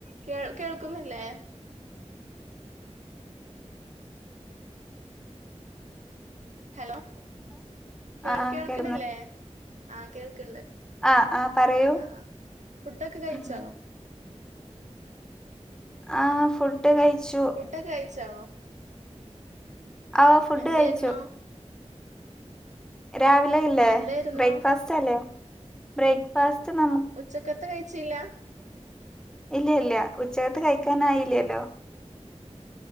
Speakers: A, on the right; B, in the centre.
A: കേ കേൾക്കുന്നില്ലേ. ഹലോ കേ
B: ആ ആ
A: കേൾക്കണില്ലേ.
B: കേക്കുന്നുണ്ട്
A: ആ, കേൾക്ക്ണ്ട്.
B: ആ ആ പറയൂ
A: ആ ഫുഡൊക്കെ കഴിച്ചോ?
B: ഉം ആ, ഫുഡ് കഴിച്ചു.
A: ഡോക്കെ കഴിച്ചോ?
B: ഓ ഫുഡ്
A: എന്തായിരുന്നു
B: കഴിച്ചു. രാവിലെ അല്ലേ
A: എന്തായിരുന്നു
B: ബ്രേക്ക്ഫാസ്റ്റ് അല്ലേ ബ്രേക്ക്ഫാസ്റ്റ് നമു
A: ഉച്ചക്കത്തെ കഴിച്ചില്ല.
B: ഇല്യല്ല ഉച്ചകത്തെ കഴിക്കാനായില്ലല്ലോ.